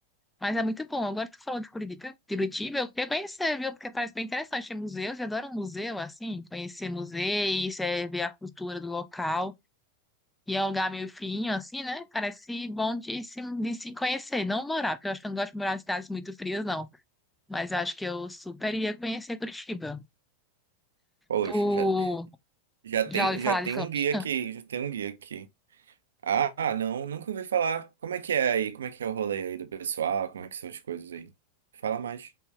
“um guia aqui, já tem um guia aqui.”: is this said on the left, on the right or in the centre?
Right